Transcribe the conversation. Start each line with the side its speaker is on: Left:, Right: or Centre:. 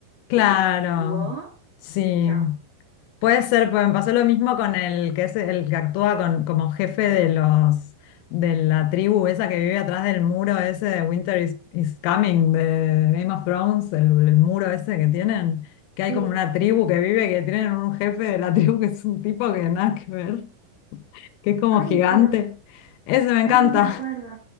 Left: Claro,
Right: que te cautivó
Left: sí.
Right: y chao.
Left: Puede ser, pues me pasó lo mismo con el que es el que actúa con, como jefe de los de la tribu esa que vive atrás del muro ese de Winter is, is Coming de Game of Thrones, el, el muro ese que tienen, que hay
Right: Sí.
Left: como una tribu que vive, que tienen un jefe de la <laughs> tribu que es un tipo que nada que ver, que es como
Right: Ay,
Left: gigante.
Right: pero,
Left: Ese me encanta.
Right: ay, no me acuerdo.